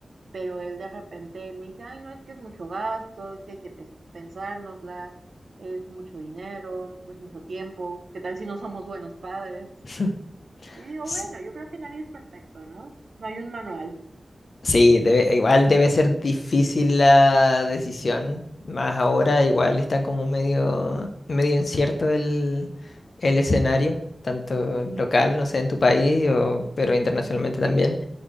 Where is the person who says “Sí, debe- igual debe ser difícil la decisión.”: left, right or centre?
Left